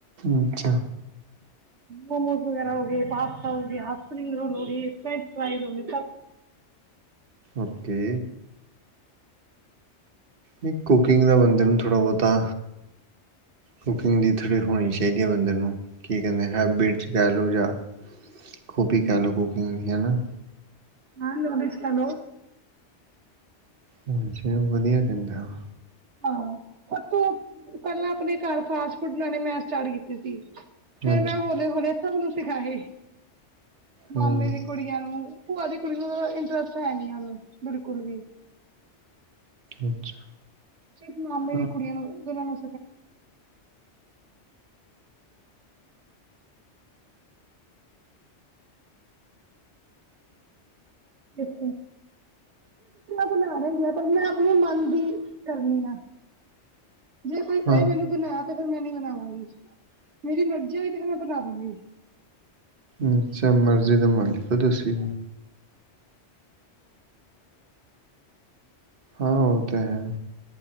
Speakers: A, on the right; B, on the right.
A: ਅੱਛਾ
B: ਮੋਮੋਜ਼ ਵਗੈਰਾ ਹੋ ਗਗੇ ਪਾਸਤਾ ਹੋ ਗ ਸਪ੍ਰਿੰਗ ਰੋਲ ਹੋਗੀ ਫਰੈਚ ਫਰਾਈ ਹੋਗੇ।
A: ਓਕੇ ਨਹੀਂ ਕੁਕਿੰਗ ਦਾ ਬੰਦੇ ਨੂੰ ਥੋੜ੍ਹਾ ਬਹੁਤਾ ਕੁਕਿੰਗ ਦੀ ਥੋੜ੍ਹੀ ਹੋਣੀ ਚਾਹੀਦੀ ਹੈ। ਬੰਦੇ ਨੂੰ ਕੀ ਕਹਦੇ ਹੈਬਿਟ ਚ ਕਹਿ ਲਓ। ਖੂਬੀ ਕਲ ਕੁਕਿੰਗ ਦੀ ਹਨਾ।
B: ਮੈਂ ਮੋਮਨ ਖਾਦੇ
A: ਹਾਂਜੀ ਵਧੀਆ ਪੈਂਦਾ ਵੇ
B: ਹਾਂ ਸਭ ਤੋਂ ਪਹਿਲਾਂ ਆਪਣੇ ਘਰ ਫਾਸਟ ਫੂਡ ਬਣਾਣੇ ਮੈ ਸਟਾਰਟ ਕੀਤੇ ਸੀ। ਫੇਰ
A: ਅੱਛਾ
B: ਮੈਂ ਹੌਲੀ ਹੌਲੀ ਸਭ ਸਿੱਖਾ ਤੇ
A: ਹਮ
B: ਮਾਮੇ ਦੀ ਕੁੜੀਆਂ ਨੂੰ ਭੂਆ ਦੀ ਕੁੜੀ ਨੂੰ ਇੰਟਰਸਟ ਹੈ ਨੀ ਉਹਨੂੰ ਬਿਲਕੁਲ ਵੀ
A: ਅੱਛਾ।
B: ਸਿਰਫ ਮਾਮੇ
A: ਹਾਂ
B: ਦੀ ਕੁੜੀਆਂ ਨੂੰ ਨੂੰਹ ਨੂੰ ਇੱਕ ਬਣਾ ਲੈਂਦੀ ਆ ਪਰ ਮੈਂ ਆਪਣੇ ਮਨ ਦੀ ਕਰਨੀ ਐ ਜੇ ਕੋਈ ਕੇ
A: ਹਾਂ
B: ਮੈਨੂੰ ਤਾਂ ਨਾ ਤੇ ਫਿਰ ਮੈਂ ਨ ਬਨਾਵਾਂਗੀ। ਮੇਰੀ ਮਰਜ਼ੀਈ ਫੇਰ ਮੈਂ ਪਤਾ ਹਾਂਜੀ।
A: ਅੱਛਾ, ਮਰਜ਼ੀ ਦਾ ਮਰ ਲਿਕੋ ਦਸੀਂ ਹਾਂ, ਉਹ ਤੇ ਹੈ।